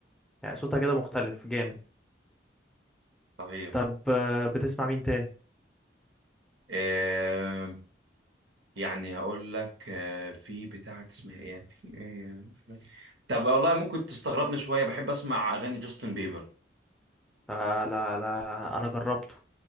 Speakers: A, in the centre; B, on the right.
A: يعني صوتها كده مختلف جامد
B: صحيح
A: طب آه، بتسمع مين تاني
B: آه يعني هقول لك آه في بتاع اسمها ايه يعني، في آه طب والله ممكن تستغربني شويه بحب اسمع اغاني جاستن بيبر
A: آه لا لا انا جربته